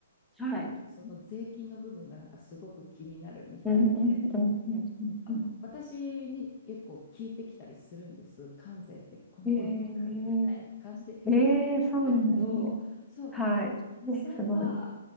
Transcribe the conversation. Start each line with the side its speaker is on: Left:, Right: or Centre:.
Centre: はい。
Left: その税金の部分がなんかすごく気になるみたいで、
Centre: うん、うん、うん、うん、うん。
Left: あの私に結構聞いてきたりするんです。
Centre: うん
Left: 関税ってこの後どうなるみたいな感じで聞かれるんだけど、
Centre: えー、えー、そうなんですね。
Left: そう、
Centre: はい。
Left: 実際は、
Centre: ね、すごい。